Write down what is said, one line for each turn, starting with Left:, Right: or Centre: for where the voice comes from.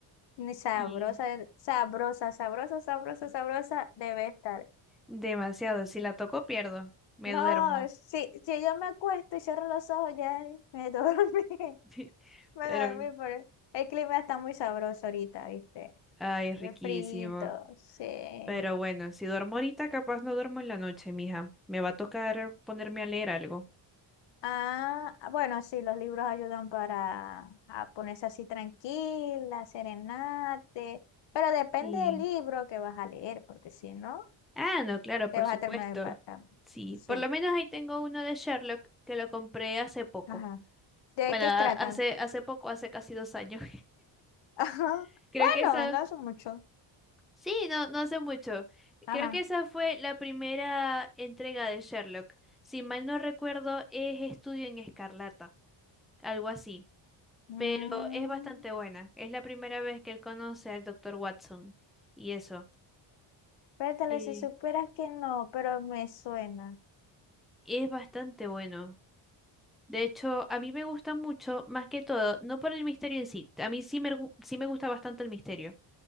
Left: Ni Sabrosa,
Centre: Y
Left: sabrosa, sabrosa, sabrosa, sabrosa debe estar.
Centre: Demasiado, si la toco pierdo, me
Left: No,
Centre: duermo.
Left: si, si yo me acuesto y cierro los ojos, ya me dormí, <laughs>
Centre: <laughs>
Left: me
Centre: Pero,
Left: dormí, pero el clima está muy sabroso ahorita, ¿viste?
Centre: ay,
Left: Y
Centre: riquísimo.
Left: el frito, sí.
Centre: Pero bueno, si duermo ahorita, capaz no duermo en la noche, mija. Me va a tocar ponerme a leer algo.
Left: Ah, ah, bueno, sí, los libros ayudan para a ponerse así tranquila, serenate, pero depende
Centre: y
Left: del libro que vas a leer, porque si no,
Centre: Ah, no, claro,
Left: te
Centre: por
Left: vas
Centre: supuesto.
Left: a terminar impactando.
Centre: Sí,
Left: Sí,
Centre: por lo menos ahí tengo uno de Sherlock que lo compré hace poco.
Left: ajá. ¿De
Centre: Bueno,
Left: qué
Centre: a-
Left: trata?
Centre: hace, hace poco, hace casi dos años.
Left: <laughs> Ajá.
Centre: <laughs> Creo
Left: Bueno,
Centre: que esa,
Left: no es mucho.
Centre: sí, no, no hace mucho.
Left: Ajá.
Centre: Creo que esa fue la primera entrega de Sherlock. Si mal no recuerdo, es Estudio en Escarlata, algo así.
Left: Mm,
Centre: Pero es bastante buena. Es la primera vez que él conoce al doctor Watson. Y eso.
Left: espérate,
Centre: Eh,
Left: si supieras que no, pero me suena.
Centre: es bastante bueno. De hecho, a mí me gusta mucho, más que todo, no por el misterio en sí. A mí sí me, gu- sí me gusta bastante el misterio.